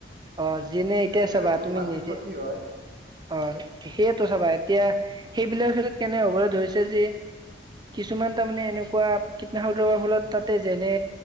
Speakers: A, on the right; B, on the right.
A: অহ যেনে এতিয়া
B: তেনেকে
A: চাবা
B: আৰু বহুত
A: তুমি
B: মাটিৰ
A: নিজে
B: ক্ষতি হয়।
A: অ সেইটোৱে চাবা এতিয়া সেইবিলাকৰ ক্ষেত্ৰত কেনে হ'বলৈ ধৰিছে যে কিছুমান তাৰমানে এনেকুৱা কীটনাশক দৰবৰ ফলত তাতে যেনে